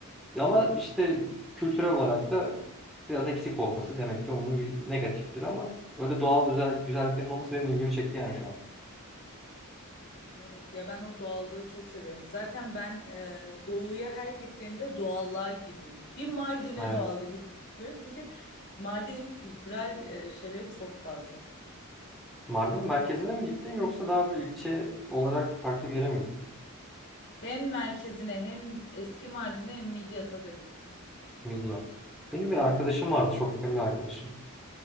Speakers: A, in the centre; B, on the left (about 55°).
A: Ya Ama işte kültürel olarak da biraz eksik olması demek ki onun bir negatifidir ama öyle doğal güzel, güzelliklerin olması benim ilgimi çekti yani şu an.
B: Evet ya ben o doğallığı çok seviyorum. Zaten ben e, doğuya her gittiğimde doğallığa gidiyorum. Bir Mardin'e
A: Evet.
B: doğallık istiyorum çünkü Mardin'in kültürel e, şeyleri çok fazla.
A: Mardin'in merkezine mi gittin yoksa daha bir ilçe olarak farklı bir yere mi gittin?
B: Hem merkezine hem eski Mardin'e hem Midyat'a da gittim.
A: Midyat. Benim bir arkadaşım vardı, çok yakın bir arkadaşım.